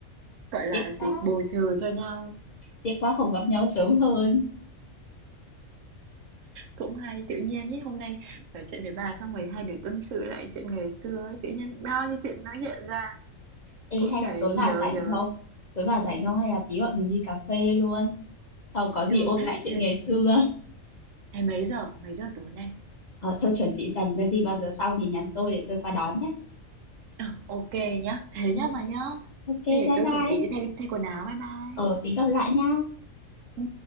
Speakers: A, on the right; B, on the left.
A: gọi là
B: tiếc
A: gì
B: quá
A: bù trừ cho nhau
B: tiếc quá không gặp nhau sớm hơn
A: cũng hay tự nhiên nhé hôm nay nói chuyện với bà xong rồi hai đứa tâm sự lại chuyện ngày xưa ấy tự nhiên bao nhiêu chuyện nó hiện ra
B: Ê
A: cũng
B: hay
A: thấy
B: là tối bà
A: nhớ
B: rảnh
A: nhớ
B: không? Tối bà rảnh không hay là tí bọn mình đi cà phê luôn. Sau có gì
A: được
B: ôn
A: đấy
B: lại chuyện
A: thế
B: ngày xưa.
A: thế mấy giờ mấy giờ tối nay
B: Ờ thôi chuẩn bị dần lên đi bao giờ xong thì nhắn tôi để tôi qua đón nhé.
A: Ờ, OK nhá. Thế
B: Ừ.
A: nhá bà nhá.
B: Ok bye
A: Thế để tôi
B: bye.
A: chuẩn bị đi thay thay quần áo. Bye bye.
B: Ờ tí gặp lại nha.
A: Ừ.